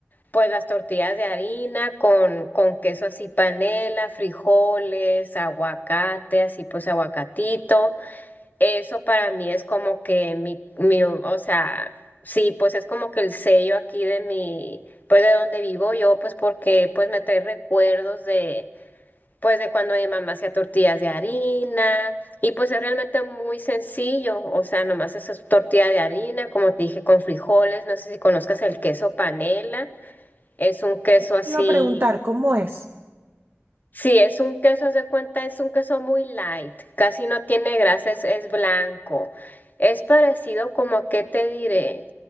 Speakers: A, on the left (about 40°); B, on the right (about 50°).
A: pues las tortillas de harina con, con queso así panela, frijoles, aguacate, así pues aguacatito. Eso para mí es como que mi, mi, o sea, sí, pues es como que el sello aquí de mi, pues de donde vivo yo, pues porque pues me trae recuerdos de, pues de cuando mi mamá hacía tortillas de harina y pues es realmente muy sencillo, o sea, nomás eso es tortilla de harina, como te dije, con frijoles, no sé si conozcas el queso panela, es un queso
B: Eso
A: así
B: te iba a preguntar, ¿cómo es?
A: Sí, es un queso, se cuenta, es un queso muy light, casi no tiene grasa, es, es blanco. Es parecido como a qué te diré.